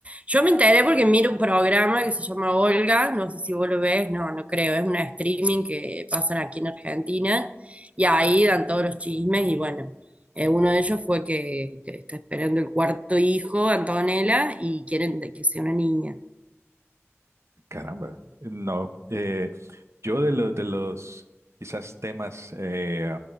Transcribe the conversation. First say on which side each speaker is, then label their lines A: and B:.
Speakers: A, on the right; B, on the right.
A: Yo me enteré porque miro un programa que se llama Olga, no sé si vos lo ves, no, no creo, es una streaming que pasan aquí en Argentina y ahí dan todos los chismes y bueno, eh, uno de ellos fue que, que está esperando el cuarto hijo, Antonella, y quieren de que sea una niña.
B: caramba. No, eh, yo de los, de los quizás temas, eh,